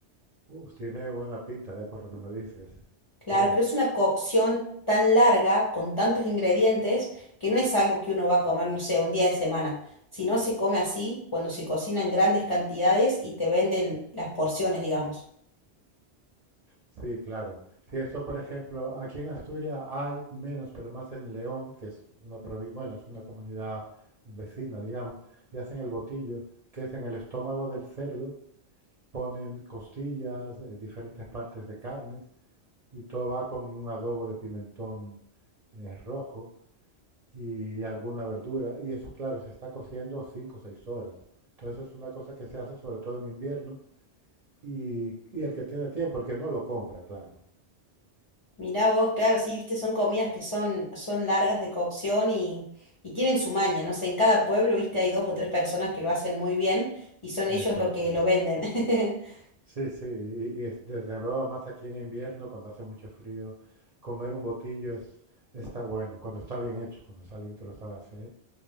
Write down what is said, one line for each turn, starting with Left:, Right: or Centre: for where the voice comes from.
Right: Uf, tiene buena pinta, eh, por lo que me dices.
Left: Claro,
Right: Claro.
Left: pero es una cocción tan larga, con tantos ingredientes, que no es algo que uno va a comer, no sé, un día de semana. Si no se come así, cuando se cocina en grandes cantidades y te venden las porciones, digamos.
Right: Sí, claro. Si eso, por ejemplo, aquí en Asturias hay menos, pero más en León, que es una provi- bueno, es una comunidad vecina, digamos, y hacen el botillo, que es en el estómago del cerdo, ponen costillas, eh, diferentes partes de carnes, y todo va con un adobo de pimentón eh, rojo y alguna verdura, y eso, claro, se está cociendo 5 o 6 horas. Entonces, eso es una cosa que se hace sobre todo en invierno, y, y el que tiene tiempo, el que no lo compra, claro.
Left: Mirá vos, claro, sí, viste, son comidas que son, son largas de cocción y, y tienen su maña. No sé, en cada pueblo, viste, hay dos o tres personas que lo hacen muy bien y son ellos
Right: Exactamente.
Left: los que lo venden. <laughs>
Right: Sí, sí, y, y es, desde luego, más aquí en invierno, cuando hace mucho frío, comer un botillo es, está bueno, cuando está bien hecho, cuando es alguien que lo sabe hacer,